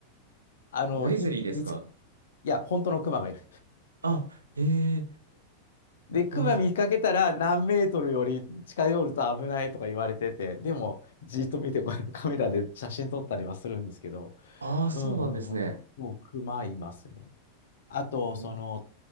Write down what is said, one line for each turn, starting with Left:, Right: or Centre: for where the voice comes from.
Left: あの、
Right: グリズリーですか
Left: い、見つ、いや、本当のクマがいる。
Right: あ、ええ
Left: で、クマ見かけたら何メートルより近寄ると危ないとか言われてて、
Right: なるほど。
Left: でも、じっと見て、こうやって <laughs> カメラで写真撮ったりはするんですけど、
Right: ああ、そうなんですね。
Left: うんうんうん。もうクマいますね。あと、
Right: ん
Left: その、